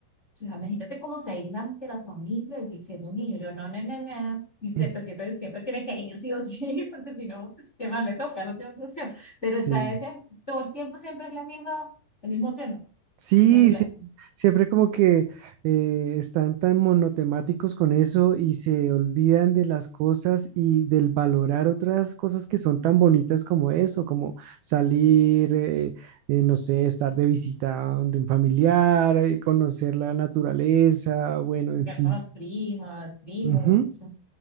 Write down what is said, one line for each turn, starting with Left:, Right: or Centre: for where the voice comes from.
Left: O sea, imagínate cómo se aíslan de la familia y siendo un niño, yo no, no, no, no. Y siempre,
Right: <sniffs>
Left: siempre, siempre tiene que ir, sí o sí, <laughs> porque si no, pues, ¿qué más le toca? No tiene otra opción. Pero
Right: Sí,
Left: está ese, todo el tiempo siempre es la misma, el mismo tema
Right: sí,
Left: de la,
Right: sí, siempre como que eh, están tan monotemáticos con eso y se olvidan de las cosas y del valorar otras cosas que son tan bonitas como eso, como salir, eh, eh, no sé, estar de visita de un familiar, eh, conocer la naturaleza, bueno, en
Left: ya
Right: fin.
Left: con las primas, primos,
Right: Ujú,
Left: eso.